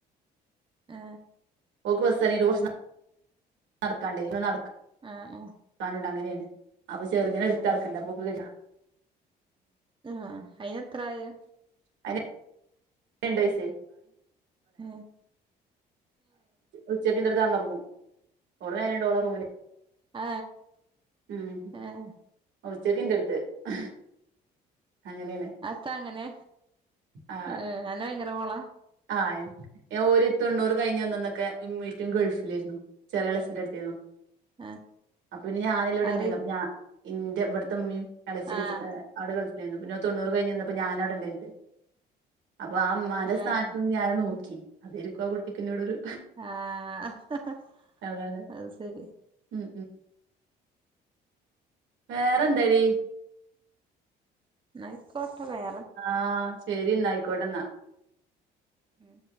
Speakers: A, on the right; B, on the right.
A: ആ
B: ഓക്കിവസ്ാ ഈ രോജ <inaudible> <unintelligible> നടക്കാണ്ടേ ഇ നട നടക്കാനണ്ട്
A: ആ ആ
B: അങ്ങനെയ അപ്പൊ ചെറുദിനെ എടുത്ത്
A: ഏ
B: നടക്കണ്ട പൊക്കക്ക്െടാ
A: ആ അതിനത്ര ായി
B: അയിന് രണ്ട് വയസ്സ്
A: ആ
B: ഉച്ചക്ക് എന്റെ അടുത്ത വന്നു ഉറങ്ങുന്ന ഓടെണ്ട ഓള റൂമിന്
A: ആ
B: ഉം
A: ഏ
B: ഉച്ചക്ക് ന്റെ അടുത്ത അടുത്ത് അങ്ങനണ്
A: അതെത്താ അങ്ങനെ
B: ആ
A: ഏഹ് അന്നെ ഭയങ്കര കോളാ
B: ആ ഞാൻ ഒരു തൊണ്ണൂറ് കഴിഞ്ഞഞ്ന്നന്നൊക്കെീറ്റും ഗൾഫിലിരുന്നു ചെറിയ കളസിറ അടുത്തരുന്നു
A: ആഹ്
B: അപ്പൊ പിന്നെ ഞാനല്ലാം ഇവിടെ
A: ആര്
B: ഉണ്ടായിരുന്നു അപ്പൊ ഞാൻ എന്റെ ഇവിടത്തെമ്മയും കളിച്ചിരി
A: ആഹ്
B: അവിടെ ഗൾഫിലായിരുന്നു ഇപ്പൊ നൂ തൊണ്ണൂറ് കഴിഞ്ഞുിന്നപ്പോ ഞാന അവിടെ ഉണ്ടായിരുന്നു അപ്പൊ ആ അമ്മാന്റെ
A: ഏഹ്
B: സ്ഥാനത്തുനിന്ന് ഞാനൻ നോക്കി അതെരിക്കും ആ കുട്ടിക്കോട് ഒരു
A: ആഹഹ
B: അതാണ് ഉം വേറെന്താടി
A: ന്നാ അയ്ക്കോട്ടെ വേ
B: ആഹ ശരി എന്നാ അയ്ക്കോട്ടെന്നാ
A: ഉം